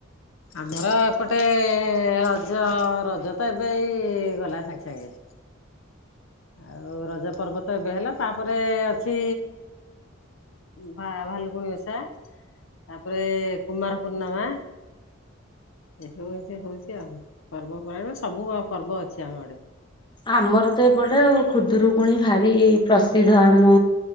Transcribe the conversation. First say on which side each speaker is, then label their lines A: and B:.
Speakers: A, on the left; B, on the left.
A: ଆମର ଏପଟେ ରଜ ରଜ ତ ଏବେଇ ଗଲା ସାଙ୍ଗେ ସାଙ୍ଗେ ଆଉ ରଜ ପର୍ବ ତ ଏବେ ହେଲ ତାପରେ ଅଛି ଭା ଭାଲୁକୁଣି ଓଷା ତାପରେ କୁମାର ପୂର୍ଣ୍ଣିମା ଏ ହଉ ସେ ହଉଛି ଆଉ ପର୍ବ ପରାୟଣ ସବୁ ପର୍ବ ଅଛି ଆମ ଆଡେ।
B: ଆମର ତ ଏପଟେ ଆଉ ଖୁଦୁରୁକୁୁଣି ଭାରି ପ୍ରସିଦ୍ଧ ଆମ